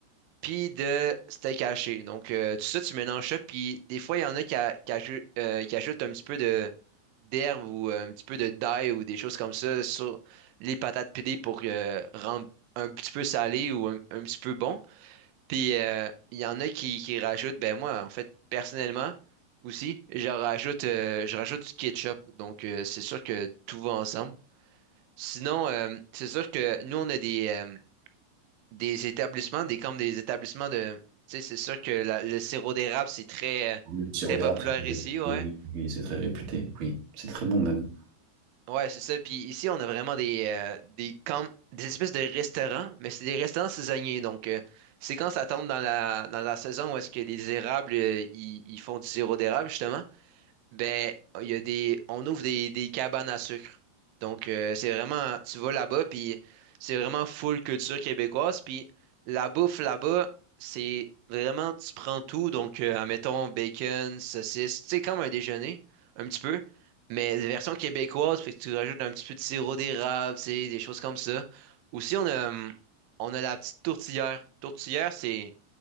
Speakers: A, on the right; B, on the right.
A: puis de steak haché. Donc, euh, tout ça, tu mélanges ça. Puis, des fois, il y en a qui, a- qui, ajou- euh, qui ajoutent un petit peu de d'herbe ou euh, un petit peu de d'ail ou des choses comme ça sur les patates pilées pour euh, rendre un petit peu salé ou un, un petit peu bon. Puis, euh, il y en a qui, qui rajoutent, ben moi, en fait, personnellement, aussi, je rajoute, euh, je rajoute du ketchup. Donc, euh, c'est sûr que tout va ensemble. Sinon, euh, c'est sûr que nous, on a des... euh, des établissements, des comme des établissements de. Tu sais, c'est sûr que la- le sirop d'érable, c'est très, euh,
B: Oui, Le sirop
A: très
B: d'érable,
A: populaire
B: c'est très
A: ici,
B: réputé,
A: ouais.
B: oui, oui, c'est très réputé, oui, c'est très bon même.
A: Ouais, c'est ça. Puis ici, on a vraiment des, euh, des, comme, des espèces de restaurants, mais c'est des restaurants saisonniers. Donc, euh, c'est quand ça tombe dans la, dans la saison où est-ce que les érables, euh, ils ils font du sirop d'érable, justement. Ben, il y a des, on ouvre des, des cabanes à sucre. Donc, euh, c'est vraiment, tu vas là-bas, puis c'est vraiment full culture québécoise. Puis la bouffe là-bas, c'est vraiment, tu prends tout. Donc, euh, admettons, bacon, saucisse, tu sais, comme un déjeuner, un petit peu. Mais version québécoise, fait que tu rajoutes un petit peu de sirop d'érable, tu sais, des choses comme ça. Aussi, on a, hum, on a la petite tourtière. Tourtière, c'est